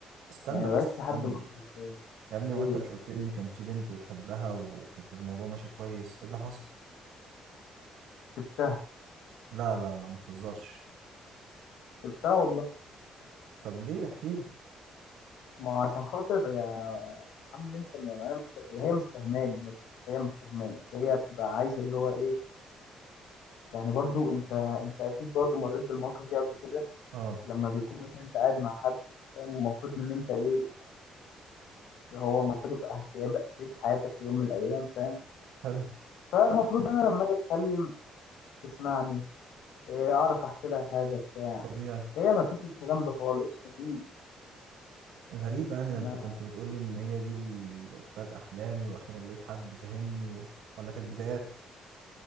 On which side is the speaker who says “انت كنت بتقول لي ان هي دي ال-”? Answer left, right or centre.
Right